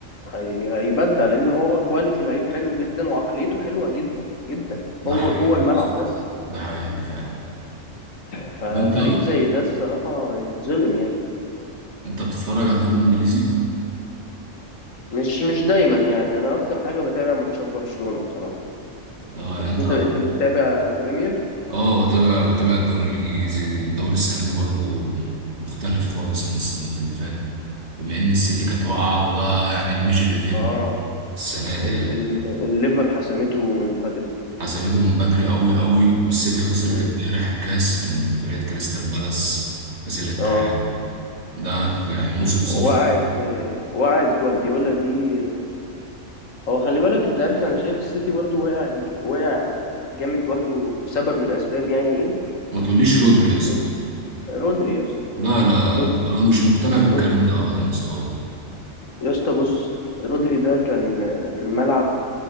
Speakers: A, on the left; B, on the right.
A: هي... هيبدع لان هو كواليتي لعيب حلو جدا وعقليته حلوه جدا جدا
B: ده
A: هو
B: حقيقي
A: جوه الملعب
B: يا اسطى،
A: بس
B: ده حقيقي فعلا
A: فلعيب
B: وانت
A: زي ده الصراحه يتظلم يعني
B: انت بتتفرج على الدوري الانجليزي
A: مش مش دايما يعني انا اكتر حاجه بتابع ماتشات برشلونه بصراحه
B: اه
A: بس
B: يعني انت
A: انت انت بتتابع بريمير
B: اه بتابع بتابع الدوري الانجليزي الدوري السنه دي برضو مختلف خالص عن السنوات اللي فاتت بما ان السيتي كانت واقعه وده يعني الميجر ايفنت
A: اه
B: السنه دي
A: ال...
B: يعني
A: ال... الليفر حسمته من بدري
B: حسمته من بدري قوي قوي والسيتي خسرت
A: مم.
B: امبارح الكاس من فريق كريستال بالاس كاس الاتحاد
A: اه
B: ده يعني موسم
A: وقعت
B: صفر
A: وقعت جوارديولا دي هو خلي بالك انت عارف انا شايف السيتي برضو وقع وقع جامد برضو سبب من الاسباب يعني
B: ما تقوليش رودري يا اسطى
A: ايه رودري يا اسطى
B: لا لا
A: رودري
B: انا مش مقتنع بالكلام
A: رودري
B: ده ابدا يا اسطى والله
A: يا اسطى بص رودري ده كان في الملعب